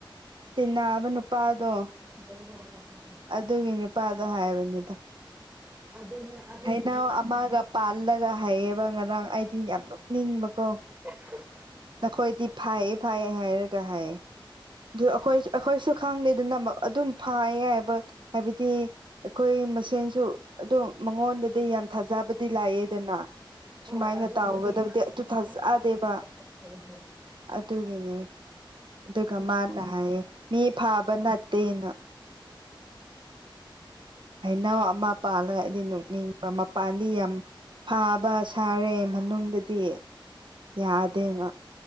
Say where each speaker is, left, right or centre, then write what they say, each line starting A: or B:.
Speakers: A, on the right (about 65°); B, on the right (about 15°).
A: ꯇꯤꯟꯅꯕ ꯅꯨꯄꯥ ꯄꯥꯗꯣ
B: ꯑꯣ ꯍꯣ ꯍꯣ ꯍꯣ ꯍꯣ
A: ꯑꯗꯨꯒꯤ ꯅꯨꯄꯥꯗꯣ ꯍꯥꯏꯕꯅꯤꯗ
B: ꯑꯗꯨꯅꯦ ꯑꯗꯨꯒꯤꯅꯦ
A: ꯍꯩꯅꯎ ꯑꯃꯒ ꯄꯥꯜꯂꯒ ꯍꯥꯏꯌꯦꯕ ꯉꯔꯥꯡ ꯑꯩꯗꯤ ꯌꯥꯝ ꯅꯨꯛꯅꯤꯡꯕꯀꯣ
B: <unintelligible>
A: ꯅꯈꯣꯏꯗꯤ ꯐꯌꯦ ꯐꯩꯌꯦ ꯍꯥꯏꯔꯒ ꯍꯥꯏ ꯑꯗꯨ ꯑꯩꯈꯣꯏ ꯑꯩꯈꯣꯏꯁꯨ ꯈꯪꯗꯦ ꯑꯗꯨꯅ ꯑꯗꯨꯝ ꯐ ꯌꯥꯕ ꯍꯥꯏꯕꯗꯤ ꯑꯩꯈꯣꯏ ꯑꯩ ꯃꯁꯦꯟꯁꯨ ꯑꯗꯨꯝ ꯃꯉꯣꯟꯗꯗꯤ ꯌꯥꯝ ꯊꯥꯖꯕꯗꯤ ꯂꯥꯛꯑꯦꯗꯅ
B: ꯍꯣꯏ
A: ꯁꯨꯃꯥꯏꯅ
B: ꯑꯗꯨꯒꯤꯅꯦ
A: ꯇꯥꯎꯒꯗꯕꯗꯤ
B: ꯍꯥꯏꯕꯗꯣ
A: ꯑꯗꯨ ꯊꯥꯖꯗꯦꯕ ꯑꯗꯨꯒꯤꯅꯦ ꯑꯗꯨꯒ
B: ꯃꯤ
A: ꯃꯥꯅ ꯍꯥꯏꯌꯦ ꯃꯤ ꯐꯥꯕ ꯅꯠꯇꯦꯅ
B: <inaudible>
A: ꯍꯩꯅꯥꯎ ꯑꯃ ꯄꯥꯜꯂꯒ ꯑꯩꯗꯤ ꯅꯣꯛꯅꯤꯡꯕ ꯃꯄꯥꯟ ꯗꯤ ꯌꯥꯝ ꯐꯥꯕ ꯁꯥꯔꯦ ꯃꯅꯨꯡꯗꯗꯤ ꯌꯥꯗꯦ ꯉꯥ